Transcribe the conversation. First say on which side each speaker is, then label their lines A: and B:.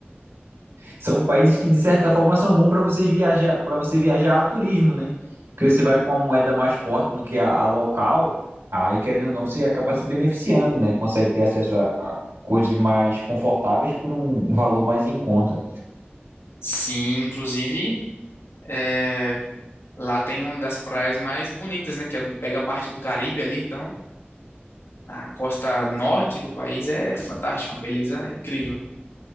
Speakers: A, on the right; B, on the left.
A: São países que, de certa forma, são bons para vocês viajar, para você viajar a turismo, né? Porque você vai com a moeda mais forte do que a, a local, aí querendo ou não, você acaba se beneficiando, né? Consegue ter acesso a, a coisas mais confortáveis por um valor mais em conta.
B: Sim, inclusive. é, Lá tem uma das praias mais bonitas, né? Que é- pega a parte do Caribe ali, então a costa norte do país é fantástica, uma beleza incrível.